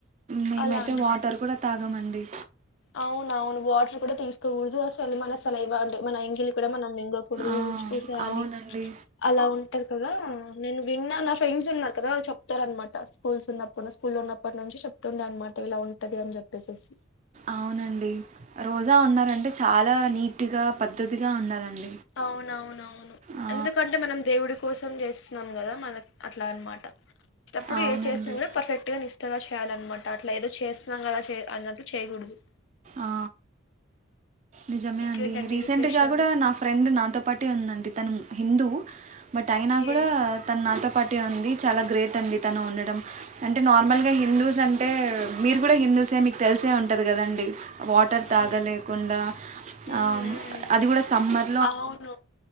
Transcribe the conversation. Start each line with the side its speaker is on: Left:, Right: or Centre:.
Right: మేమైతే
Left: అలా అనమాట
Right: వాటర్ కూడా తాగమండి
Left: అవున అవును వాటర్ కూడా తీసుకోకూడదు అసలు మన అసలుంటే మన ఎంగిలి కూడా మనం ఇకూడదు
Right: ఆ
Left: ఊ చూసేయాలి
Right: అవునండి
Left: అలా ఉంటది కదా నేను విన్నా నా ఫ్రెండ్స్ ఉన్నా కదా వాళ్ళు చెప్తారనమాట స్కూల్స్ ఉన్నప్పుడు స్కూల్ ఉన్నప్పటి నుంచి చెప్తుండే అనమాట ఇలా ఉంటది అని చెప్పేసేసి
Right: అవునండి రోజా ఉన్నారంటే చాలా నీట్గా పద్ధతిగా ఉండాలండి
Left: అవునవునవును
Right: ఆ
Left: ఎందుకంటే మనం దేవుడి కోసం చేస్త న్నాం కదా మనకి అట్లా అనమాట ఇప్పుడు
Right: అవునండి
Left: ఏ చేసినా కూడా పర్ఫెక్ట్గా నిఇస్తగా చేయాలన్నమాట అట్లా ఏదో చేస్తున్నాం కదా చే అన్నట్టు చేయకూడదు
Right: ఆ నిజమే
Left: ఇంకేంటండి
Right: అండి రీసెంట్
Left: విశేషాలు
Right: గా కూడా నా ఫ్రెండ్ ఆంటే నాతో పాటే ఉందండి తను హిందూ బట్ అగ
Left: ఓకే
Right: నా కూడా తనతో పటి ఉంది చాలా గ్రేట్ అండి తను ఉండటం అంటే నార్మల్గా హిందూస్ అంటే మీరు కూడా హిందూసే మీకు తెలిసే ఉంటుంది కదండి వాటర్ తాగలేకుండా
Left: ఉమ్, ఉమ్,
Right: అ
Left: ఉమ్.
Right: అది గుడా సమ్మర్
Left: అవును